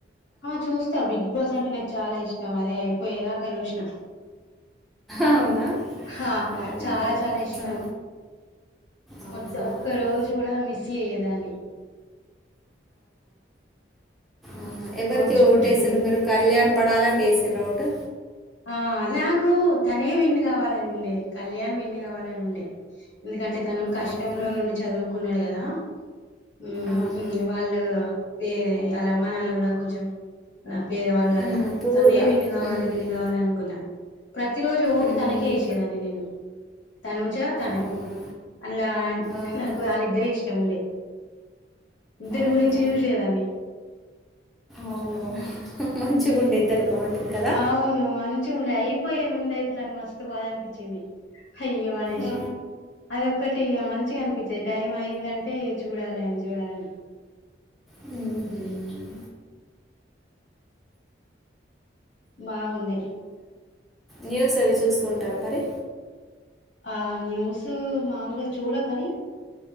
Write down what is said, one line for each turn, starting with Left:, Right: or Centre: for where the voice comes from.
Left: ఆ చూస్తా. బిగ్ బాస్ అంటె నాకు చాలా ఇష్టం. అది ఐ పోయేదాకా చూసినా.
Centre: అవునా
Left: హ
Centre: అవునవును
Left: చాలా చాలా ఇష్టం.
Centre: ఆ, అవునా
Left: మోత్ ఒక్క రోజు కూడ మిస్ చి అయ్యేదాన్ని.
Centre: ఆహ ఎవరికి
Left: రోజు చూడటమే
Centre: ఓటేసిండ్రు మీరు? కళ్యాణ్ పడాలాకి ఏసిండ్ర ఓటు?
Left: ఆ నాకు తనే విన్ కావాలనుండె. కళ్యాణ్ విన్ కావాలనుండె. ఎందుకంటే, తను కష్టంలో
Centre: అవునా
Left: నుండి చదువుకొ ఉన్నాడు కదా! ఉమ్.
Centre: అవును
Left: ఇంగ వాళ్ళు, ఏ వాళ్ళ అమ్మ నాన్న కూడా కొంచెం ల పేదవాళ్ళు కదా!
Centre: ఉమ్, పూర్గా
Left: తనే విన్ కావాలి.
Centre: ఉమ్,
Left: విన్న
Centre: ఉమ్.
Left: కావల్ల. అ ప్రతి రోజు ఓటు
Centre: ఉమ్,
Left: తనకే
Centre: ఉమ్.
Left: ఏసేదాన్ని నేను. తనుజా తనకి
Centre: అవునా
Left: అందులా
Centre: ఆహా,
Left: నాకు వాళ్ళిద్దరే ఇష్టం ఉండే ఇద్దరు
Centre: ఆహా.
Left: గురించి చూసేదాన్ని
Centre: అవును మంచిగా ఉండే ఇద్దరు బాండింగ్ కదా
Left: అవును మంచిగా ఉండే అయిపోయి ముంద అయితే నాకు మస్తు బాధ అనిపించింది అయ్యో అనేసి
Centre: ఆ.
Left: అది ఒక్కటి మంచిగా అనిపించేది టైం అయ్యిందం అంటే చూడాలి అని చూడాలని
Centre: హ్మ్ హ్మ్
Left: బాగుండే
Centre: న్యూస్ అవి చూస్తూ ఉంటారా మరి
Left: ఆ న్యూస్ మామూలుగా చూడ కాని